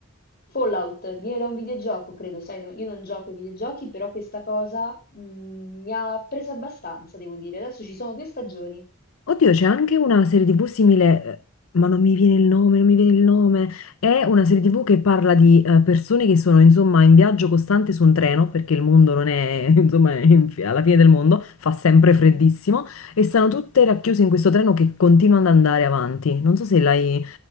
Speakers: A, on the left; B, on the left.
A: Fallout viene da un videogioco, credo, sai, no- io non gioco ai videogiochi, però questa cosa mh, mi ha presa abbastanza, devo dire. Adesso ci sono due stagioni.
B: Oddio, c'è anche una serie TV simile, eh, ma non mi viene il nome, non mi viene il nome. È una serie TV che parla di eh, persone che sono, insomma, in viaggio costante su un treno, perché il mondo non è, <laughs> insomma, è in fi- alla fine del mondo, fa sempre freddissimo,
A: Mhm.
B: e stanno tutte racchiuse in questo treno che continua ad andare avanti. Non so se l'hai...